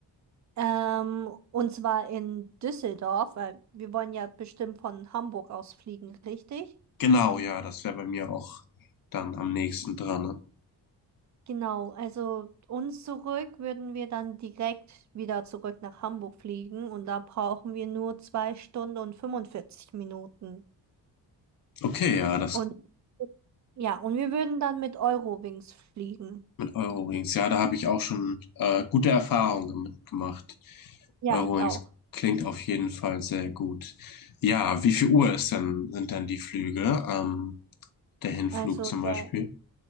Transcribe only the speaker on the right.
Ähm, und zwar in Düsseldorf, weil wir wollen ja bestimmt von Hamburg aus fliegen, richtig?
Genau, also uns zurück würden wir dann direkt wieder zurück nach Hamburg fliegen und da brauchen wir nur zwei Stunden und 45 Minuten.
Und ja, und wir würden dann mit Eurowings fliegen.
Ja,
ich auch.
Also
der,